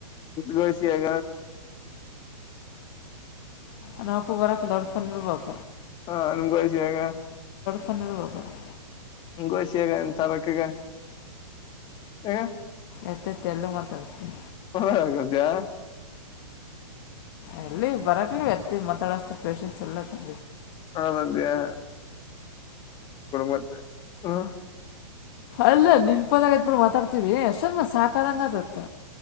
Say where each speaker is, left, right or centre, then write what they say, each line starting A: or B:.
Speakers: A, on the left; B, on the left.
A: ದಷಿಯ <inaudible>
B: ಅ ಅಪ್ಪ ಬರಕ್ಕೆ ಲೋಡ್ಫನ್ರುವಪ
A: ಹಾ ಅನ್ಕಯಸಾಗ
B: ಪನ್ನರಪ <inaudible>
A: ಗೋಷಿಯಗ ತರಕಗ ಹಗ
B: ಎಷ್ಟ ತೆಲ್ಲ ಮಾತಾಡ್ತ
A: ಹದ
B: ಎಲ್ಲಿ ಬರಕ್ಲಿ ಎತ್ತ ಮಾತಾಡಷ್ಟು ಪೇೇಶನ್ಸ್ ಎಲ್ಲರಿ <inaudible>
A: ಆ ನಂದ್ಯಾ ಮತ್ತೆ ಹ
B: ಅಲ್ಲ ನಿನ್ಪಂದಾಗ ಎದ್ಬಿಟ್ಟ ಮಾತಾಡ್ತಿೀವಿ ಅಷ್ಟೊಂದ ಸಾಹಕಾರಂಗ ಅದತ್